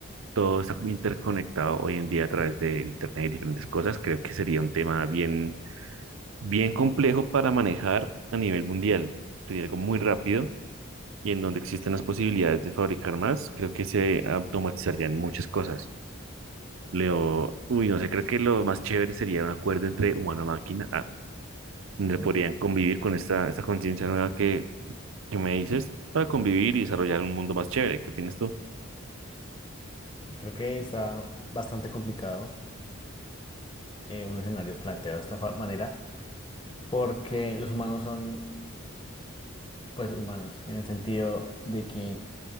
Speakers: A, on the right; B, on the left.
A: todo está interconectado hoy en día a través de Internet y diferentes cosas, creo que sería un tema bien, bien complejo para manejar a nivel mundial. Sería algo muy rápido y en donde existen las posibilidades de fabricar más, creo que se automatizarían muchas cosas. Leo, uy, no sé, creo que lo más chévere sería un acuerdo entre humano-máquina, ah, donde podrían
B: Ok.
A: convivir con esta, esta conciencia nueva que, que me dices para convivir y desarrollar un mundo más chévere. ¿Qué opinas tú?
B: Yo creo que está bastante complicado eh, un escenario planteado de esta fa- manera, porque los humanos son Pues humanos, en el sentido de que